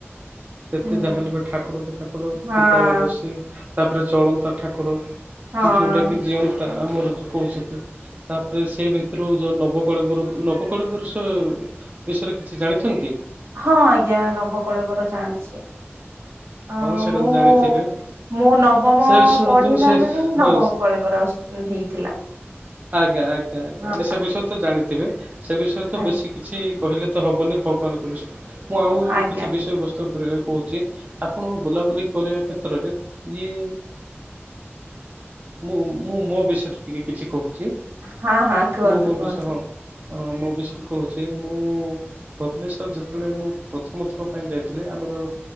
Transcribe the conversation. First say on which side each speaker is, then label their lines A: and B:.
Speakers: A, on the right (about 35°); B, on the right (about 70°).
A: ଯେତେ
B: ହୁଁ
A: ଯାହାହେଲେ ବି ଠାକୁର ତ ତାଠକୁର
B: ହଁ
A: ତିିକାଳ ଦଷୀ ତାପରେ ଚଳନ୍ତା ଠାକୁର।
B: ହଁ
A: ଯୋଉଟା କି ଜିଅନ୍ତା ଆମର ଯୋଉ କୋହୁଛନ୍ତି। ତାପରେ ସେଇ ଭିତୁରୁ ଯୋଉ ନବକଳେବର ନବକଳେବର୍ଷ ବିଷୟରେ କିଛି ଜାଣିଛନ୍ତି?
B: ହଁ ଆଜ୍ଞା ନବକଳେବର ଜାଣିଛି। ହଁ
A: ସେଇଟା
B: ମୁଁ
A: ତ ଜାଣିଥିବେ
B: ମୁଁ ନବମ
A: ସେ ଶୁଣନ୍ତୁ
B: ପଢିଲା
A: ସେ
B: ବେଳେ
A: ହଁ
B: ନବମ କଳେବର ଉଁ ହେଇଥିଲା।
A: ଆଜ୍ଞା ଆଜ୍ଞା ଆଜ୍ଞା
B: ହଁ
A: ସେ ବିଷୟରେ ତ ଜାଣିଥିବେ ସେ ବିଷୟରେ ତ
B: ଆଜ୍ଞା
A: ବେଶୀ କିଛି କହିଲେ ତ ହବନି ଭଗବାନଙ୍କ ବିଷୟରେ ମୁଁ ଆଉ
B: ଆଜ୍ଞା,
A: କିଛି ବିଷୟବସ୍ତୁ କରିବା କୋହୁଛି ଆପଣ ବୁଲାବୁଲି କରିବା କ୍ଷେତ୍ରରେ ଇଏ ମୁଁ ମୁଁ ମୋ ବିଷୟରେ ଟିକେ କିଛି କୋହୁଚି
B: ହଁ ହଁ କୁହନ୍ତୁ
A: ମୁଁ ମୋ
B: କୁହନ୍ତୁ
A: ବିଷୟରେ ହଁ ହଁ ମୋ ବିଷୟଏ କୋହୁଚି ମୁଁ ଭୁବନେଶ୍ୱର ଯେତେବେଳେ ମୁଁ ପ୍ରଥମ ଥର ପାଇଁ ଯାଇଥିଲି ଆମର